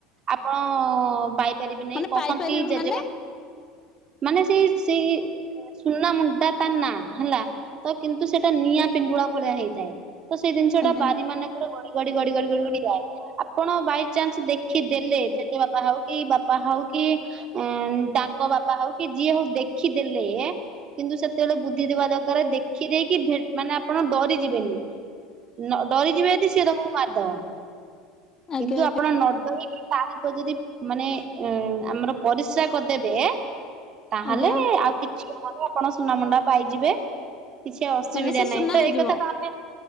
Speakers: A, on the right; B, on the left.
A: ଆପଣ-ଅ ପାଇପାରିବେନି।
B: ମାନେ
A: କହନ୍ତି
B: ପାଇପାରିବେ
A: ଜେଜ
B: ମାନେ?
A: ମାନେ ସେଇ ସି ସୁନା ମୁଣ୍ଡା ତା ନା, ହେଲା ତ କିନ୍ତୁ ସେଟା ନିଆଁ ପିଣ୍ଡୁଳା ଭଳିଆ ହେଇଥାଏ। ତ ସେଇ ଜିନିଷ
B: ଆଜ୍ଞା
A: ଟା ବାରି ମାନଙ୍କରେ ଗଡି ଗଡି ଗଡି ଗଡି ଗଡି ଗଡି ଯାଏ। ଆପଣ ବାଇ ଚାନ୍ସ ଦେଖି ଦେଲେ, ଯେତେ ବାପା ହଉ କି, ବାପା ହଉ କି, ଏଁ ତାଙ୍କ ବାପା ହଉ କି, ଯିଏ ହଉ ଦେଖିଦେଲେ କିନ୍ତୁ ସେତେବେଳେ ବୁଦ୍ଧି ଥିବା ଦରକାର ଦେଖି ଦେଇକି ଭେ ମାନେ ଆପଣ ଡରିଯିବେନି। ନ ଡରିଯିବେ ଯଦି ସିଏ ତମକୁ ମାରିଦବ।
B: ଆଜ୍ଞା
A: କିନ୍ତୁ
B: ଆଜ୍ଞା
A: ଆପଣ ନ ଡରିକି ପାରିବ ଯଦି ମାନେ ଏଁ ଆମର ପରିସ୍ରା କରିଦେବେ ତାହେଲେ
B: ଆଜ୍ଞା
A: ଆଉ କିଛିହବନି ଆଉ। ଆପଣ ସୁନା ମୁୁଣ୍ଡା ପାଇଯିବେ କିଛି ଅସୁବିଧା
B: ମାନେ ସେ ସୁନା
A: ନାହିଁ ତ
B: ହେଇଯିବ।
A: ଏଇ କଥା କୁ ଆମେ